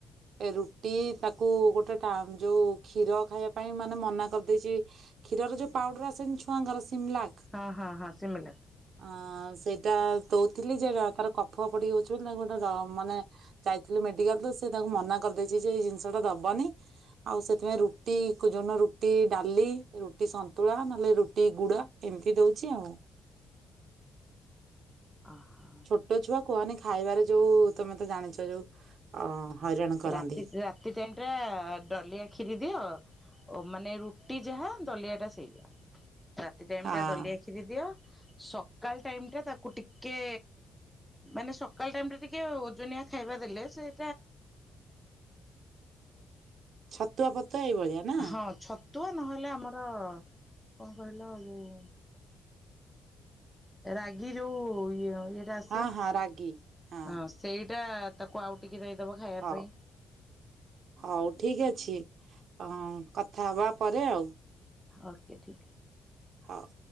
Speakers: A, on the right; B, in the centre.
A: ଏ ରୁଟି ତାକୁ ଗୋଟେ ଟାମ୍ ଯୋଉ କ୍ଷୀର ଖାଇବା ପାଇଁ ମାନେ ମନା କରିଦେଇଛି। କ୍ଷୀର ରେ ଯୋଉ ପାଉଡର ଆସେନି ଛୁଆଙ୍କର ସିମଲାକ୍
B: ହଁ, ହଁ, ହଁ ସିମିଲକ୍।
A: ଅଁ ସେଇଟା ଦଉଥିଲି ଯେ ଏରା ତାର କଫ ପଡ଼ି ହଉଛି ବୋଲି ତା ଗୋଟେ ର ମାନେ ଯାଇଥିଲୁ ମେଡିକାଲ ତ ସେ ତାଙ୍କୁ ମନା କରିଦେଇଛି, ଯେ ଏ ଜିନିଷଟା ଦବନି। ଆଉ ସେଥିପାଇଁ ରୁଟି କୁ ଯୋଉଦିନ ରୁଟି ଡାଲି, ରୁଟି ସନ୍ତୁଳା, ନହେଲେ ରୁଟି ଗୁଡ ଏମିତି ଦୋଉଚି ଆଉ।
B: <inaudible>
A: ଛୋଟ ଛୁଆ କୁହନି ଖାଇବାରେ ଯୋଉ ତମେ ତ ଜାଣିଛ ଯୋଉ ଅ ହଇରାଣ କରନ୍ତି।
B: ରାତି ଟା ରାତି ଟାଇମ୍ ଟା ଡଲିଆ କ୍ଷୀରି ଦିଅ। ଓ ମାନେ ରୁଟି ଯାହା ଦଲିଆଟା ସେଇଆ ରାତି ଟାଇମ
A: ହଁ
B: ଟା ଦଲିଆ ଖି କ୍ଷୀରି ଦିଅ ସକାଳ ଟାଇମଟା ତାକୁ ଟିକେ ମାନେ ସକାଳ ଟାଇମଟା ଟିକେ ଓଜନିଆ ଖାଇବା ଦେଲେ ସେ <unintelligible>
A: ଛତୁଆ ପତୁଆ ଏଇଭଳିଆ ନା
B: ହଁ ଛତ୍ ତୁ ନହେଲେ ଆମର କଣ କହିଲ ଯୋଉ ରାଗି ଯୋଉ ଇଏ ଅ ଇଏଟା ଆସେ
A: ହଁ ହଁ ରାଗି ହଁ
B: ହ ସେଇଟା ତାକୁ ଆଉ ଟିକେ ଦେଇଦବ ଖାଇବା
A: ହଉ
B: ପାଇଁ।
A: ହଉ ଠିକ ଅଛି ହଁ ଅ କଥା ହବା ପରେ ଆଉ।
B: ଓକେ ଠିକ୍ ଅ
A: ହଁ।